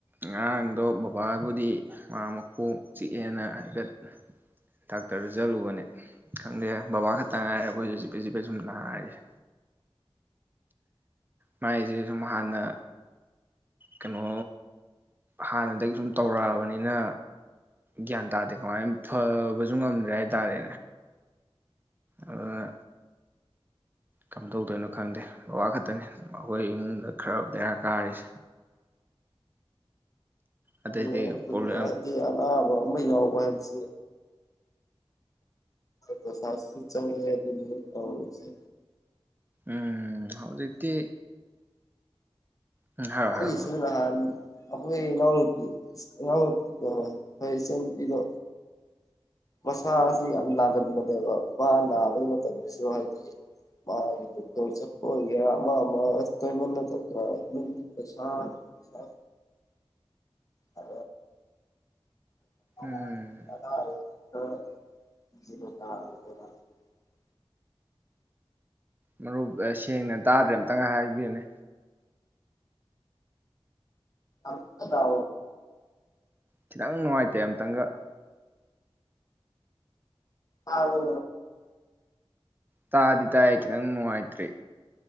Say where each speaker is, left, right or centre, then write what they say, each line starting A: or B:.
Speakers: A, on the right; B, on the left.
A: ꯉꯔꯥꯡꯗꯣ ꯕꯕꯥꯕꯨꯗꯤ ꯃꯥ ꯃꯀꯣꯛ ꯆꯤꯛꯑꯦꯅ ꯍꯥꯏꯐꯦꯠ ꯗꯥꯛꯇꯔꯗ ꯆꯠꯂꯨꯕꯅꯦ ꯈꯪꯗꯦ ꯕꯕꯥ ꯈꯛꯇ ꯉꯥꯏꯔꯦ ꯑꯩꯈꯣꯏꯁꯨ ꯆꯤꯐꯦꯠ ꯆꯤꯐꯦꯠ ꯁꯨꯝ ꯅꯥꯔꯤꯁꯦ ꯃꯥꯏꯖꯦ ꯁꯨꯝ ꯍꯥꯟꯅ ꯀꯩꯅꯣ ꯍꯥꯟꯅꯗꯒꯤ ꯁꯨꯝ ꯇꯧꯔꯛꯑꯕꯅꯤꯅ ꯒ꯭ꯌꯥꯟ ꯇꯥꯗꯦ ꯀꯃꯥꯏꯅ ꯐꯕꯁꯨ ꯉꯝꯗ꯭ꯔꯦ ꯍꯥꯏ ꯇꯥꯔꯦ ꯑꯗꯨꯅ ꯀꯝꯗꯧꯗꯣꯏꯅꯣ ꯈꯪꯗꯦ ꯕꯕꯥ ꯈꯛꯇꯅꯤ ꯑꯩꯈꯣꯏ ꯏꯃꯨꯡꯗ ꯈꯔ ꯕꯦꯔꯥ ꯀꯥꯔꯤꯁꯦ ꯑꯗꯩꯗꯤ
B: ꯑ
A: ꯄ꯭ꯔꯣꯕ꯭ꯂꯦꯝ
B: ꯍꯥꯏꯗꯤ ꯑ ꯑꯐꯕ ꯑꯃ ꯌꯥꯎꯕ ꯍꯥꯏꯕꯁꯦ ꯄꯁꯥꯁꯨ ꯆꯪꯉꯦ ꯑꯗꯨꯅꯤꯁꯦ
A: ꯎꯝ ꯍꯧꯖꯤꯛꯇꯤ ꯎꯝ ꯍꯥꯏꯔꯣ
B: ꯍꯣꯏꯁꯨꯍ
A: ꯍꯥꯏꯔꯣ ꯃꯔꯨꯞ
B: ꯑꯩꯈꯣꯏ ꯏꯅꯥꯎꯅꯨꯄꯤ ꯏꯅꯥꯎꯅꯨꯄꯤꯗ ꯑꯩꯣꯏ ꯏꯆꯟ ꯅꯨꯨꯄꯤꯗꯣ ꯃꯁꯥꯁꯤ ꯌꯥꯝ ꯅꯥꯒꯟꯕꯅꯦꯕ ꯃꯥ ꯅꯥꯕꯒꯤ ꯃꯇꯝꯗꯁꯨ ꯍꯥꯏꯗꯤ ꯃꯥꯒꯤ ꯗꯣꯛꯇꯔ ꯆꯠꯄ ꯑꯣꯏꯒꯦꯔꯥ ꯑꯃ ꯑꯃ ꯇꯣꯏꯃꯅ ꯑꯗꯨꯝ ꯄꯩꯁꯥ ꯆ ꯑ ꯑ
A: ꯎꯝ
B: ꯑꯦ ꯣ ꯕ ꯇ ꯇꯔꯥ
A: ꯃꯔꯨꯞ ꯁꯦꯡꯅ ꯇꯥꯗ꯭ꯔꯦ ꯑꯃꯝꯇꯪꯒ ꯍꯥꯏꯕꯤꯔꯅꯦ
B: ꯑ ꯇ
A: ꯈꯤꯇꯪ ꯅꯨꯡꯉꯥꯏꯇꯦ ꯑꯇꯪꯒ
B: ꯑ ꯍ ꯍꯣ
A: ꯇꯥꯗꯤ ꯇꯥꯏꯌꯦ ꯈꯤꯇꯪ ꯅꯨꯡꯉꯥꯏꯇ꯭ꯔꯤ